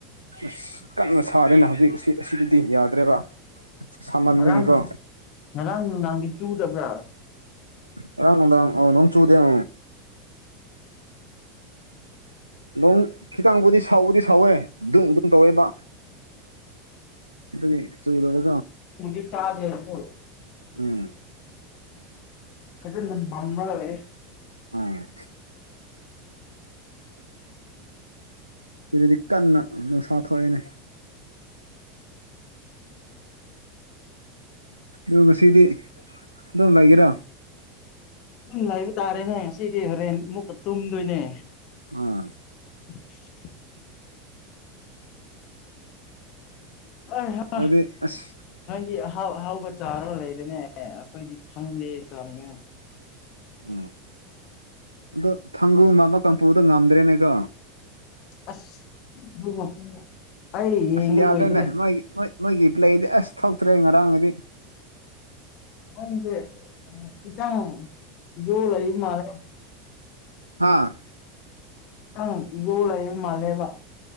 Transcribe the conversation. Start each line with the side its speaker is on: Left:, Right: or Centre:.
Right: ꯑꯁ ꯀꯟꯅ ꯁꯥꯔꯦꯅ ꯍꯧꯖꯤꯛ ꯑꯁꯤ ꯑꯁꯤꯗꯗꯤ ꯌꯥꯗ꯭ꯔꯦꯕ ꯁꯥꯃꯟꯕꯒꯤꯀꯣ
Left: ꯉꯔꯥꯡ ꯉꯔꯥꯡ ꯅꯨꯡꯗꯥꯡꯗꯤ ꯆꯨꯗꯕ꯭ꯔꯥ꯫
Right: ꯉꯥꯔꯥꯡꯅꯨꯡꯗꯥꯡ ꯑꯥ ꯅꯣꯡꯆꯨꯗꯦ <unintelligible> ꯅꯣꯡ ꯈꯤꯇꯪꯕꯨꯗꯤ ꯁꯥꯎꯕꯗꯤ ꯁꯥꯎꯋꯦ ꯗꯨꯡ ꯗꯨꯡ ꯇꯧꯋꯦꯕ꯫ ꯑꯗꯨꯒꯤ ꯆꯨꯗꯀꯣ
Left: ꯅꯣꯡꯗꯤ ꯇꯥꯗꯦ ꯑꯗꯨ
Right: ꯎꯝ꯫
Left: ꯁꯤꯖꯤꯟꯗ ꯃꯝꯃꯒꯂꯩꯌꯦ꯫
Right: ꯑꯁ꯫ ꯁꯤꯗꯗꯤ ꯀꯟꯅ ꯅꯨꯡꯁꯥ ꯊꯣꯛꯑꯦꯅꯦ꯫ ꯑꯗꯨ ꯉꯁꯤꯗꯤ ꯑꯗꯨꯝ ꯂꯩꯒꯦꯔꯥ꯫
Left: ꯑꯗꯨꯝ ꯂꯩꯕ ꯇꯥꯔꯦꯅꯦ ꯁꯤꯗꯤ ꯍꯣꯔꯦꯟ ꯃꯨꯛꯀ ꯇꯨꯝꯗꯣꯏꯅꯦ꯫
Right: ꯑꯥ
Left: <unintelligible> ꯍꯩ ꯍꯥ
Right: ꯑꯗꯨꯗꯤ ꯑꯁ
Left: ꯅꯪꯗꯤ ꯑꯍꯥꯎ ꯑꯍꯥꯎꯕ ꯆꯥꯔ ꯂꯩꯔꯦꯅꯦ ꯑꯦ ꯑꯩꯈꯣꯏꯗꯤ ꯐꯪꯗꯦ ꯆꯥꯅꯉꯥꯏ
Right: ꯑꯣ ꯑꯗꯣ ꯊꯥꯡꯒꯨ ꯃꯥꯟꯕ ꯀꯥꯡꯄꯨꯗ ꯉꯝꯗ꯭ꯔꯦꯅꯦꯀꯣ
Left: ꯑꯁ ꯑꯗꯨ ꯃꯄꯨ ꯑꯩ ꯌꯦꯡꯕ
Right: ꯑꯁ
Left: ꯂꯣꯏꯗ꯭ꯔꯦ
Right: <unintelligible> ꯃꯣꯏꯒꯤ ꯄ꯭ꯂꯦꯗꯤ ꯑꯁ ꯊꯣꯛꯇ꯭ꯔꯦ ꯉꯔꯥꯡꯒꯤꯗꯤ
Left: ꯅꯪꯁꯦ ꯈꯤꯇꯪ ꯏꯒꯣ ꯂꯩ ꯃꯥꯜꯂꯦ
Right: ꯍꯥꯥ
Left: ꯈꯤꯇꯪ ꯏꯒꯣꯜ ꯂꯩꯕ ꯃꯥꯜꯂꯦꯕ